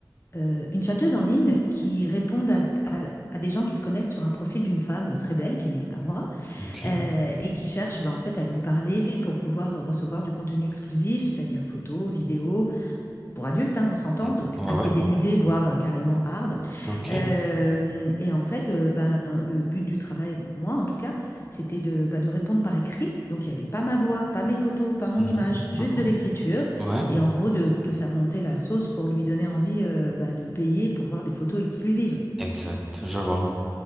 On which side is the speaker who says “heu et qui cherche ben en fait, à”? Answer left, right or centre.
Left